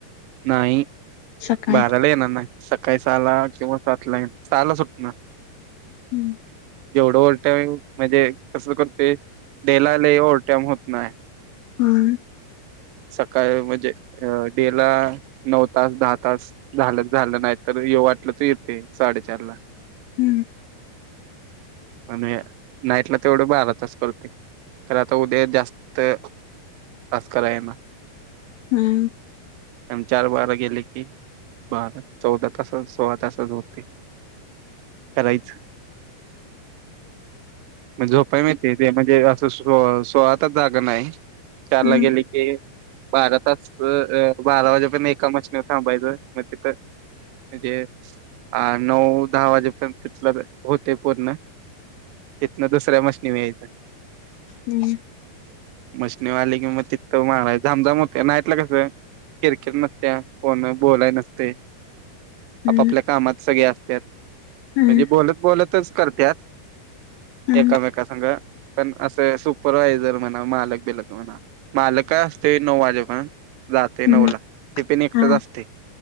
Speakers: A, on the right; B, on the left.
A: नाही
B: सकाळी
A: बाराला येणार नाही सकाळी सहाला किंवा सातला येणार सहाला सुटणार.
B: हम्म
A: जेवढं ओवर टाईम मध्ये कसं करतोय? डेला लय ओव्हर टाईम होत नाय.
B: मंग
A: सकाळ म्हणजे अ डेला नऊ तास दहा तास झालंच झालं नाही तर ये वाटलंच येते साडेचार ला.
B: हम्म.
A: आणि नाईटला तेवढं बारा तास करतोय. तर आता उद्या जास्त तास कराय म.
B: हम्म.
A: आन चार बारा गेले की बारा चौदा तासात सोळा तासच होते. करायचं म झोपाय मिळतय त्यामध्ये असं स्लोव सोळा तास जागं नाही. चार
B: हम्म
A: लागेले कि बारा तास स अ बारा वाजेपर्यंत एका मशनीवर थांबायचं म तिथं म्हणजे आ नऊ दहा वाजेपर्यंत तिथलं होते पूर्ण. तिथनं दुसऱ्या मसीनीव यायचं.
B: हम्म
A: मशीनीव आलं की मग तितकं माराय जाम जाम होतोय नाईटला कसं आहे नाईटला किरकिर नसत्या कोण बोलाय नसते. आप-आपल्या
B: हम्म
A: कामात सगळे असत्यात
B: हम्म हम्म
A: म्हणजे बोलत बोलतच करत्यात.
B: हम्म
A: एकामेका संघ पण अस तं सुपरवायजर म्हणा मालक बिलक म्हणा मालक असते नऊ वाजे पर्यंन जाते नऊला
B: हम्म
A: टे पण एकटच
B: हा
A: असते